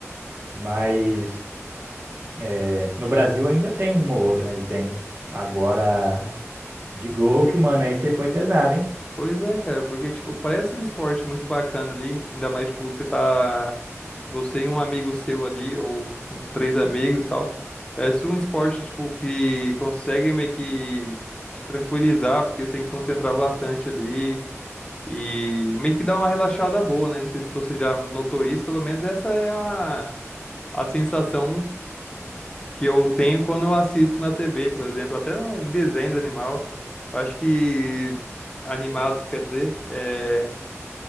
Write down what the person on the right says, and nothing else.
mas é, no Brasil ainda tem uma ou outra, né, de tênis. Agora, de golfe, mano, aí você foi pesado, hein?